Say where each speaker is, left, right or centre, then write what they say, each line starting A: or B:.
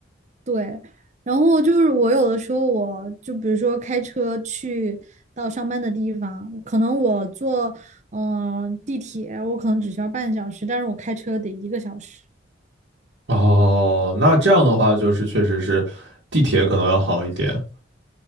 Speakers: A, on the right (about 40°); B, on the right (about 70°).
A: 对，然后就是我有的时候我就比如说开车去到上班的地方，可能我坐嗯、呃地铁，我可能只需要半小时，但是我开车得一个小时。
B: 哦，那这样的话就是确实是地铁可能要好一点。